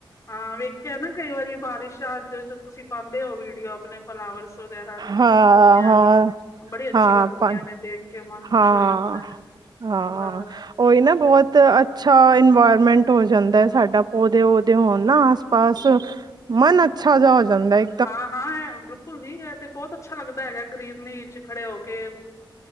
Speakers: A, on the left (about 40°); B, on the right (about 55°).
A: ਹਾਂ, ਵੇਖਿਆ ਨਾ ਕਈ ਵਾਰੀ ਬਾਰਿਸ਼ ਆਜੇ ਤੇ ਤੁਸੀਂ ਪਾਂਦੇ ਹੋ ਵੀਡੀਓ, ਆਪਣੇ ਫਲਾਵਰਸ ਵਗੈਰਾ ਦੀ
B: ਹਾਂ
A: ਪੌਦਿਆਂ
B: ਹਾਂ
A: ਦੀ ਬੜੀ ਅੱਛੀ
B: ਹਾਂ
A: ਲੱਗਦੀਆਂ
B: ਪੰ
A: ਨੇ ਦੇਖ ਕੇ, ਮਨ
B: ਹਾਂ
A: ਖੁਸ਼ ਹੋ ਜਾਂਦਾ ਹੈ।
B: ਹਾਂ
A: ਪਲ
B: ਉਹੀ ਨਾ ਬਹੁਤ ਅੱਛਾ ਇਨਵਾਇਰਮੈਂਟ ਹੋ ਜਾਂਦਾ ਸਾਡਾ ਪੌਦੇ -ਪੌਦੇ ਹੋਣ ਨਾ ਆਸ-ਪਾਸ। ਮਨ ਅੱਛਾ ਜਿਹਾ ਹੋ ਜਾਂਦਾ ਏ।
A: ਹਾਂ-ਹਾਂ ਘੁੱਲਦੀ ਹੈ ਤੇ, ਬਹੁਤ ਅੱਛਾ ਲੱਗਦਾ ਹੈਗਾ ਗ੍ਰੀਨਰੀ'ਚ ਖੜੇ ਹੋ ਕੇ।